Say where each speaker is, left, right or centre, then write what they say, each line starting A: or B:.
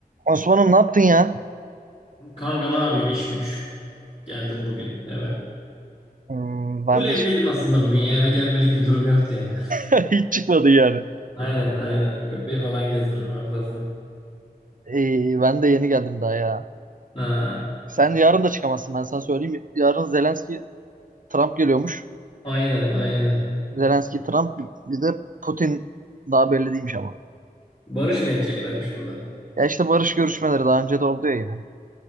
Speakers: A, on the right; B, on the left.
A: Osman'ım ne yaptın ya?
B: Kanka ne yapayım iş güç. Geldim bugün eve.
A: Hmm, ben
B: Full evdeydim
A: de ş-
B: aslında bugün ya eve gelmelik bir durum yoktu yani. <laughs>
A: <laughs> Hiç çıkmadı yani.
B: Aynen aynen. Köpeği falan gezdirdim en fazla.
A: Ee, ben de yeni geldim daha ya.
B: Ha,
A: Sen yarın da çıkamazsın ben sana söyleyeyim. Yarın Zelenski Trump geliyormuş.
B: aynen aynen.
A: Zelenski Trump bir de Putin daha belli değilmiş ama.
B: Barış mı edeceklermiş burada?
A: Ya işte barış görüşmeleri daha önce de oldu ya yine.